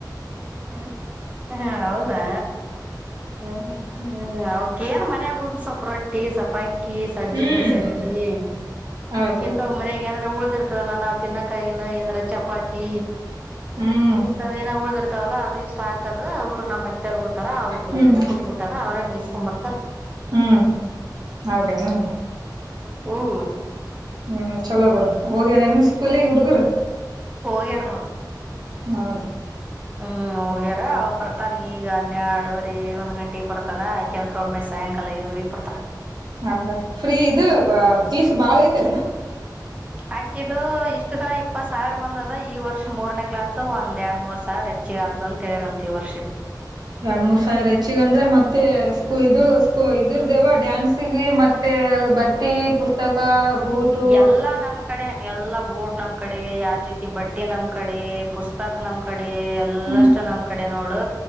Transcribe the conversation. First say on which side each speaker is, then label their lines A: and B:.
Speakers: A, on the right; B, on the right.
A: ಹ ಹೌದಾ ಹ ಅವಕೇಏನ್ ಮನಯಾಗ ಉಳ್ದ ಸಪರ ಟ್ಟಿ ಸಪಾಯ ಅಕ್ಕಿ ಸಜ್ಜ
B: ಹ್ಮ್
A: ಇದ್ರ ಸಜ್ಜಿ
B: ಹೌದು
A: ಇಂತ ಒ ಮನೆಗೆ ಅಂದ್ರೆ ಉಳ್ದಿರ್ ಲ್ಲ ನಾವವು ತಿನ್ನಕಾಯಿಗಿನ ಏಂದ್ರ ಚಪಾತಿ
B: ಹ್ಮ್
A: ಕ ಇಂತ ಏನ ಉಳ್ದ್ರ ಾವಲ್ಲ ಅದ ಇಷ್ಟ ಆಕ್ದು ಅವ್ರ ನಮ್ಮೆ ತೆರ್ ಹೋತಾರ ಅವ್ರಗಳಗನೆ
B: ಹ್ಮ್
A: ಬಿಟ್ಟ ಬಿಟ್ಟಾರ ಅವ್ರೇ ಬೇಯಿಸಕೊ್ಂಬರ್ತಾರ
B: ಹ್ಮ್ ಹೌದೇನು
A: ಹ್ಮ
B: ಹ್ಮ್ ಚಲೋ ಬಿುಡ ಹೋಗ್ಯಾರನ್ ಸ್ಕೂಲಗ್ ಹುಡುಗರು
A: ಓ ಎರನೋಡು
B: ಹಾ
A: ಹ್ಮ್ ಹೋಗ್ಯಾರ ಬರ್ತಾನ ಈಗ ಹನ್ನೆರಡುವರಿ ಒಂದ್ ಗಂಟೆಗೆಗ್ ಬರ್ತಾನ ಆಕೆಂತ್ರ ಒಮ್ಮೆ ಸಾಯಂಕಾಲ ಐದುವರಿಗೆಗ್ ಬರ್ತಾನ
B: ಹೌದಾ ಫ್ರೀ ಇದು ಪೀಸ್ ಬಾಳ ಐ <inaudible>
A: ಹಾಕಿದ್ದು ಇಷ್ಟು ತನ ಇಪ್ಪತ್ ಸಾವಿರ ಬಂದದ ಈ ವರ್ಷ ಮೂರ್ನ ಕ್ಲಸ್ ಒಂದ್ ಎರಡ್ ಮೂರ್ ಸಾವಿರ ಹೆಚ್ಚಿಗೆ ಆತದಂತೇಾರಂತ ಈ ವರ್ಷ
B: ಎರಡ್ ಮೂರ್ ಸಾವಿರ ಹೆಚ್ಚಿಗೆ ಅಂದ್ರೆ ಮತ್ತೆ ಸ್ಕೂ ಇದು ಸ್ಕೂ ಇದರ್ ದೇವ ಡ್ಯಾನ್ಸಿಗೆ ಮತ್ತೆ ಬಟ್ಟಿ ಪುಸ್ತಕ ಬೂಟು
A: ಎಲ್ಲಾ ನಮ್ ಕಡೆ ಎಲ್ಲಾ ಬೂಟ್ ನಮ್ ಕಡೆ ಯಾವ ರೀತಿ ಬಟ್ಟೆ ನಮ್ ಕಡೆ ಪುಸ್ತಕ ನಮ್ ಕಡೆ ಅಡೆ ಎಲ್ಲ
B: ಹ್ಮ್
A: ಅಷ್ಟು ನಮ್ ಕಡೆ ನೋಡು